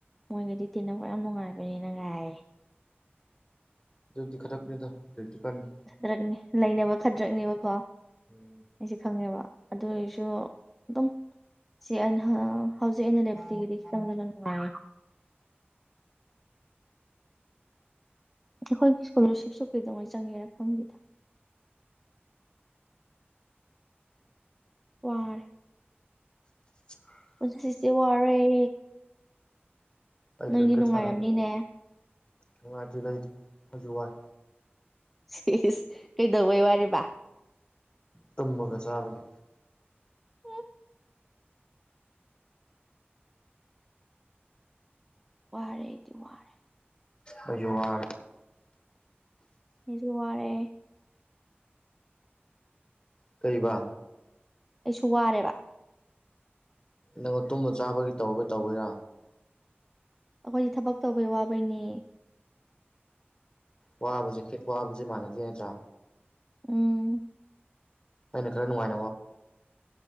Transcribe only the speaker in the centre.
ꯃꯣꯏꯒꯗꯤ ꯇꯤꯟꯅꯕ ꯌꯥꯝ ꯅꯨꯡꯉꯥꯏꯕꯅꯦ ꯅꯪꯒ ꯍꯥꯏꯌꯦ
ꯈꯗ꯭ꯔꯛꯅꯦ ꯂꯩꯅꯕ ꯈꯗ꯭ꯔꯛꯅꯦꯕꯀꯣ
ꯑꯩꯁꯨ ꯈꯪꯉꯦꯕ ꯑꯗꯨ ꯑꯣꯏꯔꯁꯨ ꯑꯗꯨꯝ ꯁꯤ ꯑ ꯍꯧꯖꯤꯛ ꯑꯩꯅ ꯂꯩꯕꯗꯒꯤꯗꯤ ꯈꯤꯇꯪꯗꯤ ꯅꯨꯡꯉꯥꯏ ꯑꯩꯈꯣꯏꯒꯤ ꯏꯁꯀꯣꯂꯔꯁꯤꯞꯁꯨ ꯀꯩꯗꯧꯉꯩ ꯆꯪꯒꯦꯔꯥ ꯈꯪꯗꯦꯗ ꯋꯥꯔ
ꯄꯨꯟꯁꯤꯁꯦ ꯋꯥꯔꯦ
ꯅꯣꯏꯗꯤ
ꯅꯨꯡꯉꯥꯏꯔꯝꯅꯤꯅꯦ
ꯁꯤ ꯀꯩꯗꯧꯕꯩ ꯋꯥꯔꯤꯕ
ꯎꯝ ꯋꯥꯔꯦ ꯑꯩꯗꯤ ꯋꯥꯔꯦ
ꯍꯖ ꯋꯥꯔꯦ
ꯑꯩꯁꯨ ꯋꯥꯔꯦꯕ
ꯑꯩꯈꯣꯏꯗꯤ ꯊꯕꯛ ꯇꯧꯕꯩ ꯋꯥꯕꯩꯅꯦ
ꯎꯝ